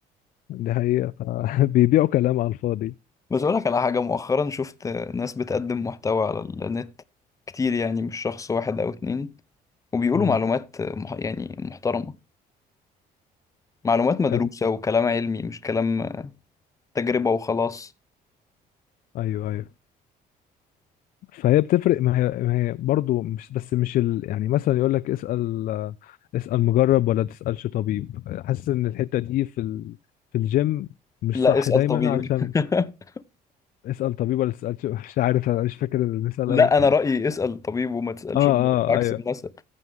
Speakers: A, on the left (about 55°); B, on the left (about 20°).
A: دي حقيقة فبيبيعوا <laughs> كلام على الفاضي
B: بس أقولك على حاجة مؤخرا شفت ناس بتقدم محتوى على النت كتير يعني مش شخص واحد أو اتنين وبيقولوا
A: امم
B: معلومات مح... يعني محترمة معلومات مدروسة
A: حلو
B: وكلام علمي مش كلام تجربة وخلاص
A: ايوه ايوه فهي بتفرق ما هي, ما هي برضه مش بس مش ال... يعني مثلا يقول لك اسأل اسأل مجرب ولا تسألش طبيب حاسس ان الحتة دي في ال... في الجيم مش
B: لا
A: صح
B: اسأل
A: دايما
B: طبيب
A: علشان
B: <laughs>
A: اسأل طبيب ولا تسألش <laughs> مش عارف انا مش فاكر المثال
B: لا
A: قوي
B: انا رايي اسال طبيب وما تسالش
A: اه اه
B: عكس
A: ايوه
B: المثل